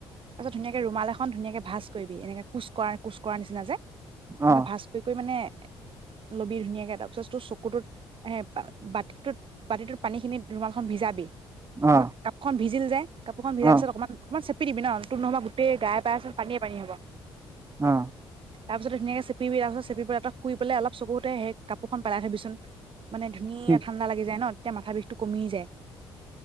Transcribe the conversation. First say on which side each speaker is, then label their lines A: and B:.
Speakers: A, on the right; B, on the right.
A: পাছত ধূনীয়াকে ৰুমাল এখন, ধুনীয়াকে ভাঁজ কৰিবি। এনেকে কোচ কৰা, কোচ কৰাৰ নিচিনা যে এনেকে
B: অ
A: ভাঁজ কৰি কৰি মানে লবি ধুনীয়াকে তাৰ পিছত তোৰ চকুটোত এ বাতিটোত বাতিটোত পানী খিনি ৰুমাল খন ভিজাবি। তাৰপিছত
B: অ
A: কাপখন ভিজিল যে। কাপোৰখন ভজাৰ
B: অ
A: পিছত অকনমান অকনমান চেপি শুই দিবি ন? তোৰ নহবা গোটেই গায়ে পায়ে চোন পানীয়ে পানী হ'ব।
B: অ
A: তাৰপিছত ধুনীয়াকে চেপিবি আকৌ। চেপিপেলাই তই শুই পেলাই অলপ চকুতে সেই কাপোৰখন পেলাই থবিচোন। মানে ধুনীয়া
B: কি
A: ঠাণ্ডা লাগি যায় ন? তেতিয়া মাথা বিষটো কমি যায়।